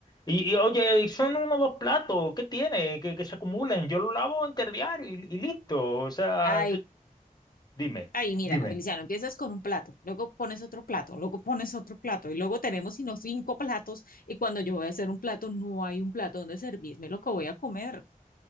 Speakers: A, on the left; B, on the left.
A: Y, y, oye, y son uno o dos platos, ¿qué tiene? Que, que se acumulen, yo lo lavo interdiario y, y listo. O sea,
B: ay,
A: ¿qué? Dime,
B: ay, mira,
A: dime.
B: Feliciano, empiezas con un plato, luego pones otro plato, luego pones otro plato y luego tenemos sino cinco platos y cuando yo voy a hacer un plato no hay un plato donde servirme lo que voy a comer.